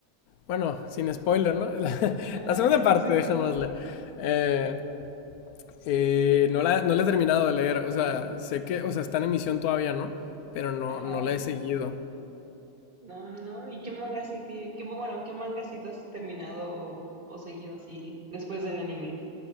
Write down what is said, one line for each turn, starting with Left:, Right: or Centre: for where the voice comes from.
Left: Bueno, sin spoiler, ¿no? <laughs>
Right: ajá,
Left: La, segunda
Right: <laughs>
Left: parte,
Right: sí,
Left: dejémosle. Eh, Eh, no la, no la he terminado de leer, o sea, sé que, o sea, está en emisión todavía, ¿no? Pero no,
Right: ajá,
Left: no la he seguido.
Right: no, no, no, ¿y qué manga sí, ti- qué, bueno, qué manga sí te has terminado o, o seguido así después del anime?